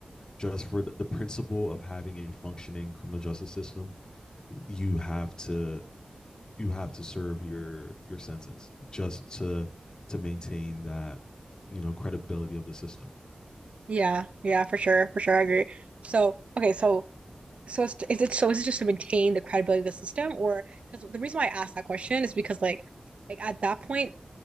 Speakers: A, on the left; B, on the right.
A: just for the, the principle of having a functioning criminal justice system you have to you have to serve your your sentence just to to maintain that you know credibility of the system
B: Yeah, yeah, for sure, for sure, I agree. So, okay, so so it's, is it so is it just to maintain the credibility of the system, or because the reason why I asked that question is because like like at that point